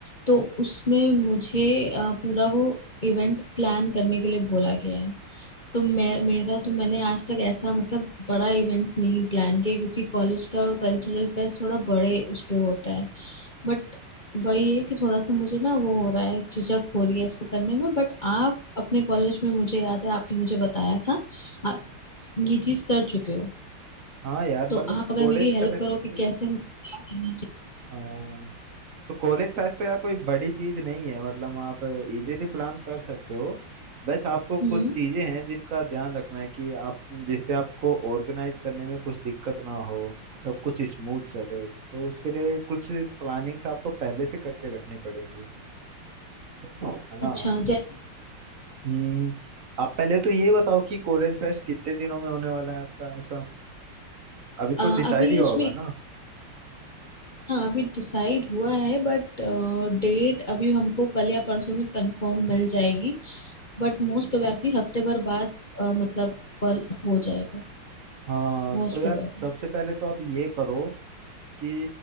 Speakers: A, on the left; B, on the right.
A: तो उसमें मुझे अ, पूरा वो इवेंट प्लान करने के लिए बोला गया है तो मैं मेरा तो मैंने आज तक ऐसा मतलब बड़ा इवेंट नहीं प्लान किया क्योंकि कॉलेज का कल्चरल फेस्ट थोड़ा बड़े उस पे होता है बट वही है कि थोड़ा सा मुझे ना वो हो रहा है झिझक हो रही है इसको करने में बट आप अपने कॉलेज में मुझे याद है आपने मुझे बताया था आप ये चीज कर चुके हो
B: हाँ यार
A: तो
B: मतलब
A: आप अगर
B: कॉलेज
A: मेरी हेल्प
B: फेस्ट
A: करो कि कैसे मुझे क्या करना
B: हाँ तो कॉलेज फेस्ट तो यार कोई बड़ी चीज नहीं है मतलब आप इजीली प्लान कर सकते हो बस आपको
A: चाहिए
B: कुछ
A: हम्म
B: चीजें हैं जिनका ध्यान रखना है कि आप जिससे आपको ऑर्गेनाइज करने में कुछ दिक्कत ना हो सब कुछ स्मूथ चले तो उसके लिए कुछ प्लानिंग्स आपको पहले से करके रखनी पड़ेंगी है
A: अच्छा
B: ना
A: जैसे
B: हम्म आप पहले तो ये बताओ कि कॉलेज फेस्ट कितने दिनों में होने वाला है आपका ऐसा अभी तो
A: अ,
B: डिसाइड
A: अभी
B: ही होगा
A: इसमें
B: ना
A: हाँ अभी डिसाइड हुआ है बट डेट अभी हमको कल या परसों में कंफर्म मिल जाएगी बट मोस्ट प्रोबेबली हफ्ते भर बाद अ, मतलब कॉल हो जाएगा
B: हाँ
A: Most
B: तो यार
A: probably
B: सबसे पहले तो आप ये करो कि